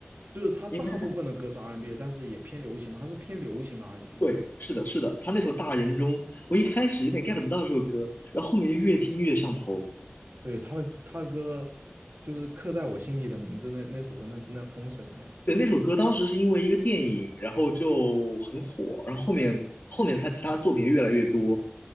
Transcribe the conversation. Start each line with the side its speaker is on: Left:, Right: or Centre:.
Right: 就是他大部分的歌是
Left: 因为。
Right: R&B，n 但是也偏流行嘛，他是偏流行 R&B
Left: 对，
Right: n 嘛，
Left: 是的，是的，他那首《大人中》，我一开始有点 get 不到这首歌，然后后面就越听越上头。
Right: 对，他的他的歌就是刻在我心底的名字那那首歌那那封神了呀。
Left: 对，那首歌当时是因为一个电影，然后就很火，然后后面后面他其他作品越来越多